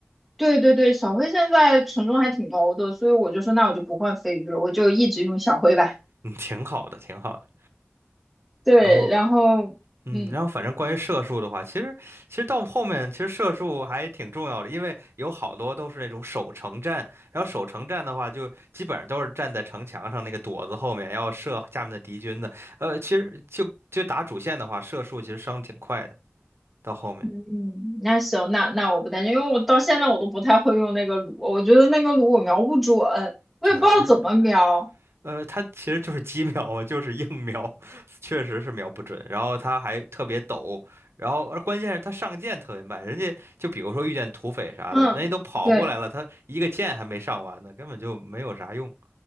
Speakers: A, in the centre; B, on the right.
A: 对对对，小灰现在权重还挺高的，所以我就说那我就不换飞鱼了，我就一直用小灰吧。
B: 嗯，挺好的，挺好的。
A: 对，
B: 然后，
A: 然后嗯
B: 嗯，然后反正关于射术的话，其实其实到后面其实射术还挺重要的，因为有好多都是那种守城战，然后守城战的话，就基本上都是站在城墙上那个垛子后面要射下面的敌军的。呃，其实就就打主线的话，射术其实伤挺快的，到后面。
A: 嗯，那行，那那我不担心，因为我到现在我都不太会用那个橹，我觉得那个橹我瞄不准，我也不知道怎么瞄。
B: 对啊，呃，它其实就是鸡瞄嘛，就是硬瞄，<laughs> 确实是瞄不准。然后它还特别抖，然后而关键是它上箭特别慢，人家就比如说遇见土匪啥的，
A: 嗯，
B: 人家都跑过来了，
A: 对。
B: 他一个箭还没上完呢，根本就没有啥用。